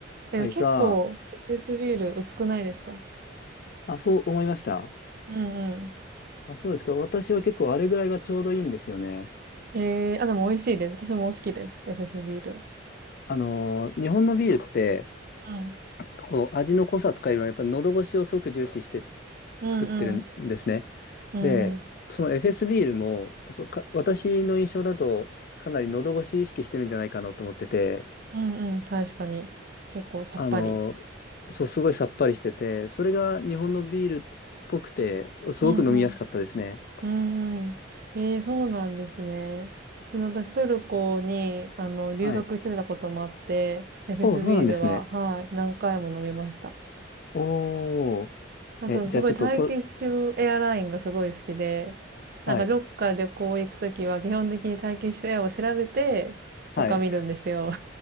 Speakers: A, on the right (about 50°); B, on the left (about 50°).
A: い。
B: はい、
A: え、結構エフェスビール薄くないですか
B: が、あ、そう思いました
A: うんう
B: あ、そうですか。私は結構あれぐらいがちょうどいいんですよね。
A: ん。えー、あ、でも美味しいです。私も好きです。エフェスビール。
B: あのー、日本のビールって、
A: うん。
B: こう、味の濃さとかいうのはやっぱ喉越しをすごく重視して
A: うんうん。
B: 作ってるんですね。
A: うんうん。
B: で、その FS ビールも、やっぱか私の印象だと、かなり喉越し意識してるんじゃないかなと思ってて、
A: うんうん、確かに。結構さっぱり。
B: あの、そう、すごいさっぱりしてて、それが日本のビールっぽくて、すごく飲みやすかったですね。
A: うんうん。うんうん。ええそうなんですね。その私トルコに、あの、留学してたこともあって、
B: はい。
A: エフェスビールは、
B: おお、そうなんですね。
A: はい、何回も飲みました。
B: おお、
A: あと、
B: え、じゃあちょっとと、
A: すごいターキッシュエアラインがすごい好きで、なんかどっか旅行行くときは基本的にターキッシュエアを調べて、
B: はい、
A: 他見るんですよ。
B: はい、